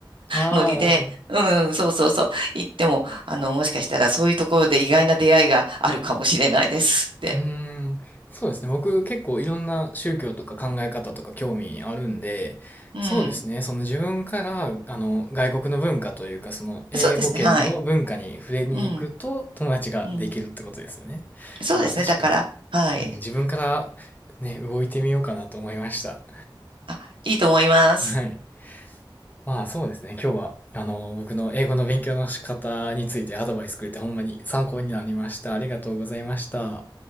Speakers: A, on the left; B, on the right.
A: ああ、
B: ノリで、
A: なるほど。
B: うん、そうそうそう、行っても、あの、もしかしたらそういうところで意外な出会いがあるかもしれないですって。
A: うーん。そうですね。僕結構いろんな宗教とか考え方とか興味あるんで、
B: うん、
A: そうですね。その自分から、あの、外国の文化というか、その英語圏の文化に触れに行くと友達ができるってことですよね。
B: そうですね、はい。うん、うん、そうですね、
A: ああ、確かに。
B: だから、はい。
A: うん、自分からね、動いてみようかなと思いました。
B: あ、いいと思います。
A: はい。まあそうですね、今日は、あの、僕の英語の勉強の仕方についてアドバイスくれてほんまに参考になりました。ありがとうございました。